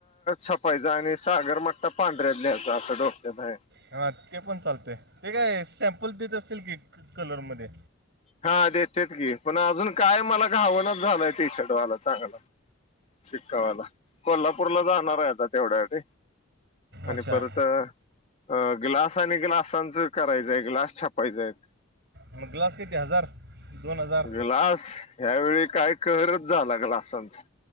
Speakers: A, on the left; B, on the right.
A: छपायचा आणि सागर मटत पांढऱ्यात ल्यायचा असं डोक्यात आहे.
B: हा ते पण चालतय ते काय सॅम्पल देत असल की कलरमध्ये
A: हा देतेेत की पण अजून काय मला घावणच झालंय टी शर्टवाला चांगला शिक्कावाला कोल्हापूरला जाणार आहे आता तेवढ्यासाठी आणि
B: अच्छा
A: परत अ ग्लास आणि ग्लासांचं करायचंय ग्लास छापायचाय.
B: अमर ग्लास क इ ति हजार. दोन हजार
A: ग्लास ह्यावेेळी काय कहरचं झाला ग्लासांचा.